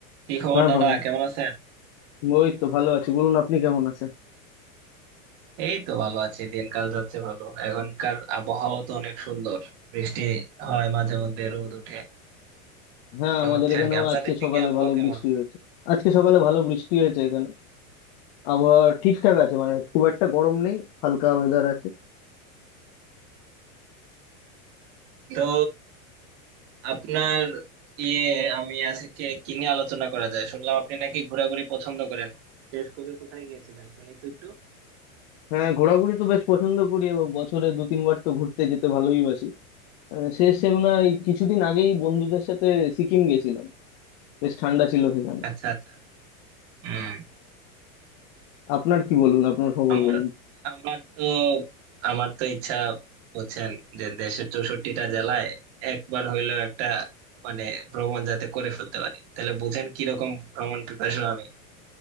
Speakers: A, on the right; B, on the left.
A: কি খবর
B: হ্যাঁ
A: দাদা
B: ভাই
A: কেমন আছেন
B: ওই তো ভালো আছি বলুন আপনি কেমন আছেন
A: এই তো ভালো আছি দিনকাল যাচ্ছে ভালো এখনকার আবহাওয়া তো অনেক সুন্দর বৃষ্টি হয় মাঝে মধ্যে রোদ উঠে
B: হ্যাঁ
A: তো
B: আমাদের
A: হচ্ছে
B: এখানেও
A: আর কি আপনাদের
B: আজকে
A: দিকে
B: সকালে
A: আবহাওয়া
B: ভালো
A: কেমন
B: বৃষ্টি হয়েছে আজকে সকালে ভালো বৃষ্টি হয়েছে এখানে আবহাওয়া ঠিকঠাক আছে মানে খুব একটা গরম নেই হালকা ওয়েদার আছে
A: তো আপনার ইয়ে আমি আজকে কি নিয়ে আলোচনা করা যায় শুনলাম আপনি নাকি ঘোরাঘুরি পছন্দ করেন শেষ কবে কোথায় গিয়েছিলেন শুনি তো একটু
B: হ্যাঁ ঘোরাঘুরি তো বেশ পছন্দ করি এবং বছরে দু তিনবার তো ঘুরতে যেতে ভালোই বাসি আহ, শেষ সেমনা এই কিছুদিন আগেই বন্ধুদের সাথে সিকিম গেছিলাম বেশ ঠান্ডা ছিল সেখানে
A: আচ্ছা আচ্ছা হম
B: আপনার কি বলুন আপনার খবর
A: আমার
B: বলুন
A: আমার তো আমার তো ইচ্ছা বলছেন যে দেশের চৌষট্টিটা জেলায় একবার হইলেও একটা মানে ভ্রমণ যাতে করে ফেলতে পারি তাহলে বুঝেন কিরকম ভ্রমণ পিপাসু আমি